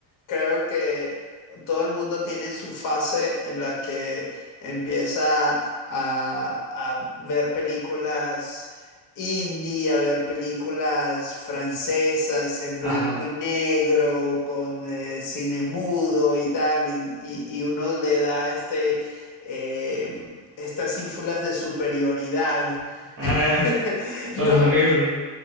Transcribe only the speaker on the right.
Ajá.
Ah,
horrible.